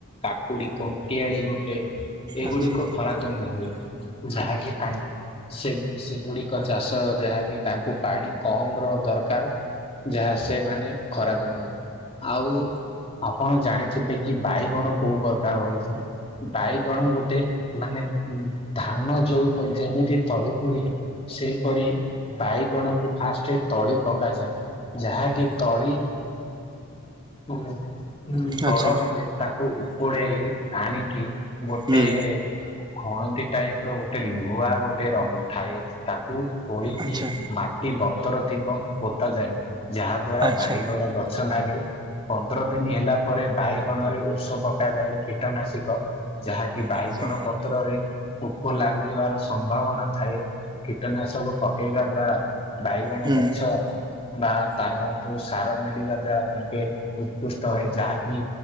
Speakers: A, on the left; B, on the right.
A: କାକୁଡି କଣ୍ଟିଆଳି ଗୋଟେ ଏଗୁଡିକୁ
B: ଆଚ୍ଛା
A: ଖରା ଦିନରେ ହୁଏ ଯାହାକି ପାଣି ସେ ସେଗୁଡିକ ଚାଷ ଯାହାକି ତାଙ୍କୁ ପାଣି କମ୍ ର ଦରକାର। ଯାହା ସେମାନେ ଖରାଦିନ ହୁଏ ଆଉ ଆପଣ ଜାଣିଥିବେ କି ବାଇଗଣ କୋଉ ପ୍ରକାର ହଉଛି? ବାଇଗଣ ଗୋଟେ ମାନେ ଧାନ ଯୋଉ ଯେମିତି ତଳି ପଡ଼େ ସେହିପରି ବାଇଗଣକୁ ଫାଷ୍ଟ ତଳି ପକାଯାଏ ଯାହାକି ତଳି ହୁଁ। ବଡ
B: ଆଚ୍ଛା
A: ହେଲେ ତାକୁ ଉପୁଡେଇ ଆଣିକି ଗୋଟେ
B: ହୁଁ
A: ଖଣଦୀ ଟାଇପ ର ଗୋଟେ ଲୁହା ଗୋଟେ ରହୁ ଥାଏ ତାକୁ ଖୋଳିକି
B: ଆଚ୍ଛା
A: ମାଟି ବତର ଥିବ ପୋତା ଯାଏ। ଯାହା ଦ୍ଵାରା
B: ଆଚ୍ଛା।
A: ବାଇଗଣ ଗଛ ଲାଗେ। ପନ୍ଦର ଦିନି ହେଲା ପରେ ବାଇଗଣରେ ଓଷ ପକାଯାଏ କୀଟାନାଶିକ ଯାହାକି ବାଇଗଣ
B: ଆଚ୍ଛା
A: ପତ୍ରରେ ପୋକ ଲାଗିବାର ସମ୍ଭାବନା ଥାଏ। କୀଟନାଶକୁ ପକେଇବା ଦ୍ଵାରା ବାଇଗଣ
B: ହୁଁ
A: ଗଛ ବା ତା କୁ ସାର ମିଳିବା ଦ୍ଵାରା ତାଙ୍କେ ଉତ୍କୃଷ୍ଟ ହୁଏ ଯାହାକି